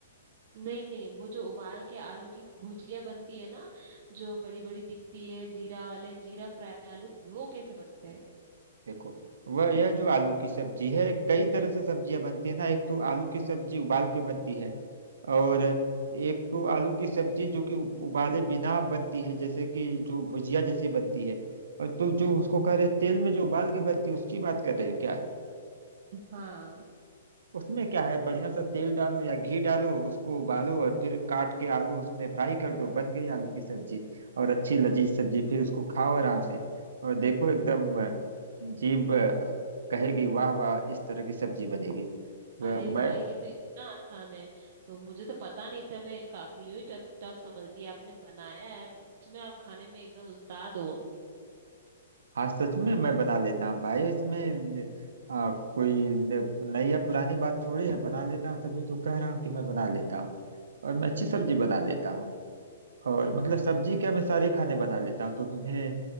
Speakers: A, on the right; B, on the right.
A: नहीं नहीं वो जो उबाल के आलू की भुजिया बनती है ना जो बड़ी बड़ी दिखती है जीरा वाले जीरा फ्राई आलू वो कैसे बनते हैं
B: देखो वह यह जो आलू की सब्जी है कई तरह से सब्जियां बनती है ना एक तो आलू की सब्जी उबाल के बनती है और एक तो आलू की सब्जी जो कि उ- उबाले बिना बनती है जैसे कि जो भुजिया जैसी बनती है और तुम जो उसको कह रहे तेल में जो उबाल के बनती है उसकी बात कर रहे हो क्या
A: हाँ
B: उसमें क्या है बढ़िया सा तेल डालो या घी डालो उसको उबालो और फिर काट के आलू उसमें फ्राई कर दो बन गई आलू की सब्जी और अच्छी लजीज सब्जी फिर उसको खाओ आराम से और देखो एकदम अ, जीभ अ, कहेगी वाह वाह इस तरह की सब्जी बनेगी अ,
A: अरे
B: मैं
A: वाह ये तो इतना आसान है तो मुझे तो पता नहीं था मैं काफी यू टफ टफ समझ रही आपने बनाया है सच में आप खाने में एकदम उस्ताद हो
B: हाँ सच में मैं बना लेता हूँ भाई इसमें अ, कोई न- नई या पुरानी बात थोड़ी है बना लेता हूँ तभी तो कह रहा हूँ कि मैं बना लेता हूँ और मैं अच्छी सब्जी बना लेता हूँ और मतलब सब्जी क्या मैं सारे खाने बना लेता हूँ तो तुम्हें